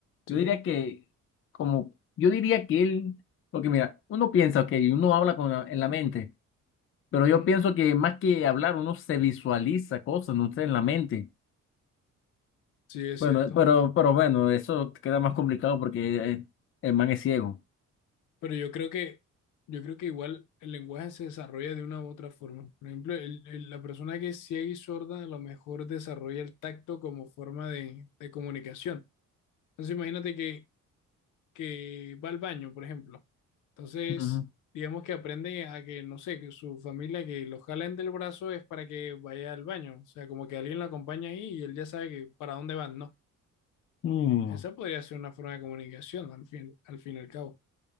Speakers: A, on the left; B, on the left.
A: sí,
B: yo diría que, como, yo diría que él, porque mira, uno piensa, ok, uno habla con la- en la mente, pero
A: ujú,
B: yo pienso que más que hablar, uno se visualiza cosas, no sé, en la mente.
A: sí, es
B: Bueno,
A: cierto.
B: pero, pero bueno, eso queda más complicado porque eh, el man es ciego.
A: Pero yo creo que, yo creo que igual el lenguaje se desarrolla de una u otra forma. Por ejemplo, el- el- la persona que es ciega y sorda a lo mejor desarrolla el tacto como forma de, de comunicación. Entonces imagínate que que va al baño, por ejemplo. Entonces,
B: Ujú.
A: digamos que aprende a que, no sé, que su familia que lo jalen del brazo es para que vaya al baño. O sea, como que alguien lo acompaña ahí y él ya sabe que para dónde van, ¿no?
B: Mm,
A: Esa podría ser una forma de comunicación al fin, al fin y al cabo.